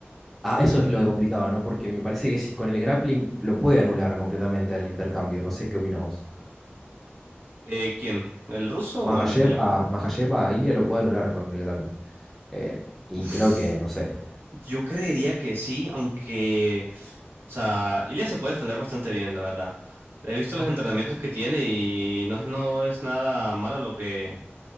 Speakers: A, in the centre; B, on the right (about 60°).
A: Ah, eso es lo de complicado, ¿no? Porque me parece que si- con el grappling lo puede anular completamente al intercambio. No sé qué opinas vos.
B: Eh, ¿quién? ¿El ruso
A: Makhachev
B: o el español?
A: a, Makhachev a Ilia lo puede anular con el grappling. Eh, y
B: Uf,
A: creo que, no sé.
B: yo creería que sí, aunque, o sea, Ilya se puede defender bastante bien, la verdad. He visto
A: ¿no?
B: los entrenamientos que tiene y no es, no es nada malo lo que,